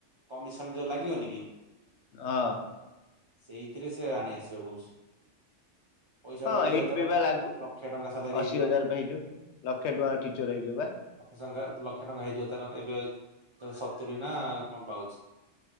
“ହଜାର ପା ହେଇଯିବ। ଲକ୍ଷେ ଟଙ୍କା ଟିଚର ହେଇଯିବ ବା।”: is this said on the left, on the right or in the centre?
Left